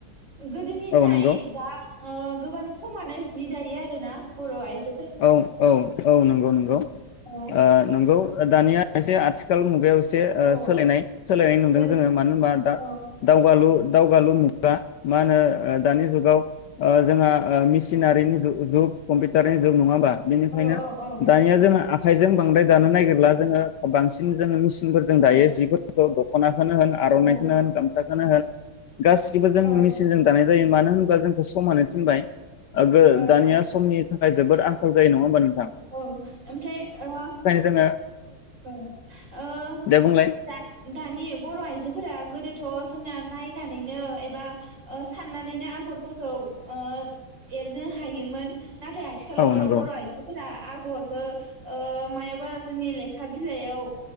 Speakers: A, on the right; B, on the left.
A: गोदोनिसाय
B: औ नंगौ
A: दा ओ गोबां खम मानो जि दायो आरो ना बर आइजो
B: औ औ औ नंगौ औ नंगौ ओ
A: औ
B: नंगौ दानिया एसे आथिखाल मुगायाव एसे
A: औ
B: सोलायनाय सोलायनाय नुदों
A: जों
B: जोङो मानो होनबा
A: औ
B: दावालु दावगालु मु गा मा होनो दानि जुगाव ओ जोंहा ओ मिसिनारिनि जुग कम्पिउटारनि जोब नङाहोमबा बेनिखायनो
A: औ औ
B: दानिया जोंङो आखाइजों बांद्राय दानो नागिरला जोङो बांसिन जोङो मिसिन फोर जों दायो
A: औ
B: जिफोर खौ दखना होन आरनानायखौनो
A: औ
B: होन गामसा खौनो होन गासिबो जों
A: औ
B: मेसिनजों दानाय जायो मानो होनोबा जोंखौ समानो थिनबाय ओ गो
A: औ
B: दानिया समनि जोबोद आखाल जायो नंङा होनोमबा नों
A: औ ओमफ्राय ओ
B: जोङो
A: औ ओ
B: दे बुंलाय
A: दा दानि बर' आइजोफोरा गोदोथ' जों नायनानैनो एबा ओ साननानैनो आगरफोरखौ ओ एरनो हायोमोन नाथाय आथिखालावथ'
B: औ नंगौ
A: बर' आइजो आगरखौ ओ मायाबा जोंनि लेखा बिलाइयाव